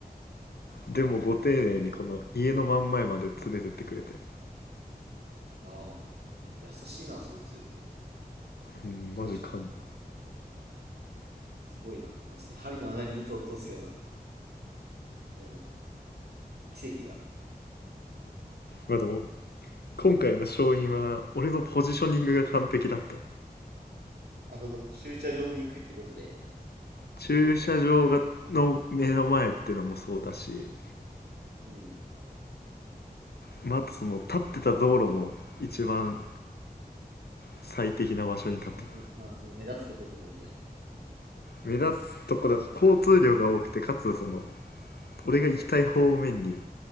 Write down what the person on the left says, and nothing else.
でもご丁寧にこの家の真ん前まで連れてってくれて。
うん、
マジか。
まあでも、今回の勝因は、俺のポジショニングが完璧だった。
駐車場がの目の前ってのもそうだし、
またその立ってた道路も一番最適な場所に立ってた。
目立つとこだし、交通量が多くて、かつその、俺が行きたい方面に